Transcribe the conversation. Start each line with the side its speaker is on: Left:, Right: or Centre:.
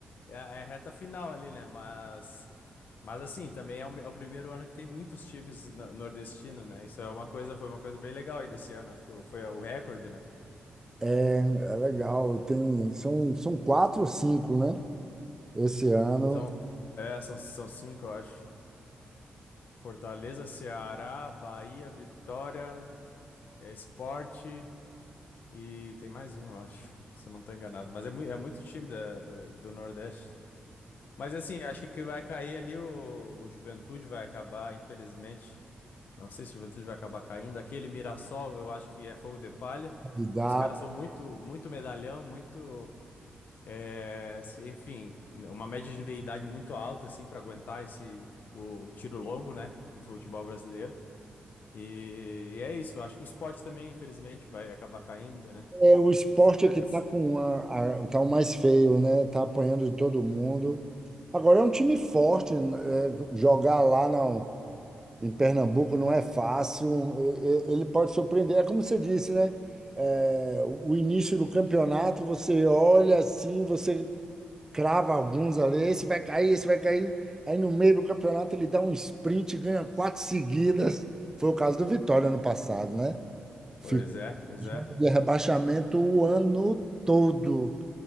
Left: É, a- é a reta final ali, né? Mas, mas assim, também é o, é o primeiro ano que tem muitos times no- nordestinos, né? Isso é uma coisa, foi uma coisa bem legal aí desse ano. Acho que foi o recorde, né?
Right: é, é legal. Tem, são, são quatro ou cinco, né? Esse ano,
Left: São, é, são, são cinco, eu acho. Fortaleza, Ceará, Bahia, Vitória, é, Sport e tem mais um, eu acho, se eu não estou enganado. Mas é, mui- é muito time da- do, do Nordeste. Mas assim, acho que vai cair ali o, o Juventude, vai acabar, infelizmente. Não sei se o Juventude vai acabar caindo. Aquele Mirassol, eu acho que é fogo de palha,
Right: candidato.
Left: que os caras são muito, muito medalhão, muito, eh, se- enfim, uma média de idade muito alta assim para aguentar esse o, o tiro longo, né, do futebol brasileiro. E, e é isso. Acho que o esporte também, infelizmente, vai acabar caindo, né?
Right: É, o esporte
Left: né?
Right: é que
Left: Mas-
Right: está com a, a- tá o mais feio, né? Está apanhando de todo mundo. Agora é um time forte, né? É, jogar lá não. Em Pernambuco não é fácil, e- e- ele pode surpreender. É como você disse, né? É, o início do campeonato, você olha assim, você crava alguns ali, esse vai cair, esse vai cair. Aí no meio do campeonato ele dá um sprint, e ganha quatro seguidas. Foi o caso do Vitória ano passado, né? Ficou
Left: pois é, pois
Right: de
Left: é.
Right: rebaixamento o ano todo.